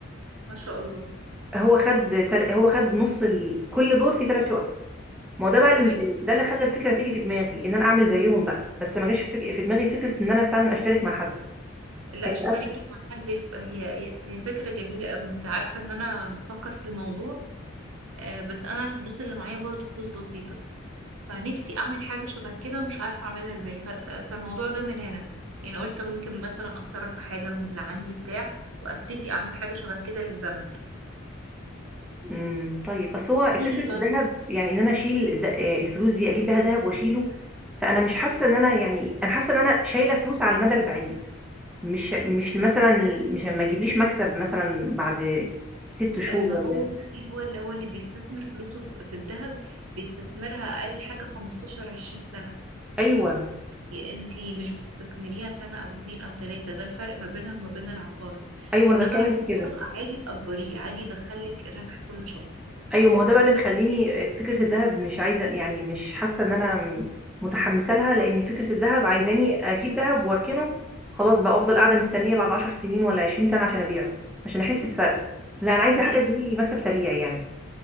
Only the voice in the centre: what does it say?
هو خد تل- هو خد نص ال... كل دور فيه ثلاث شقق ما هو ده بقى اللي
ده اللي خلى الفكره تيجي في دماغي ان انا اعمل زيهم بقى بس ما جاش في فك- في دماغي فكره ان انا فعلا اشترك مع حد
هيبقى
اسهل
امم طيب بس هو
فكره
الذهب يعني ان انا اشيل الد- آه، الفلوس دي اجيب بيها ذهب واشيله فانا مش حاسه ان انا يعني انا حاسه ان انا شايله فلوس على المدى البعيد مش مش مثلا مش ما تجيبليش مكسب مثلا بعد ست شهور
ولا
ايوه
ايوه
انا بتكلم
في كده
ايوه ما هو ده بقى اللي مخليني فكره الذهب مش عايزه يعني مش حاسه ان انا متحمسه لها لان فكره الذهب عايزاني اجيب ذهب واركنه خلاص بقى افضل قاعده مستنيه بعد 10 سنين ولا 20 سنه عشان ابيعه عشان احس بفرق لا انا عايزه حاجه
تجيب لي مكسب سريع يعني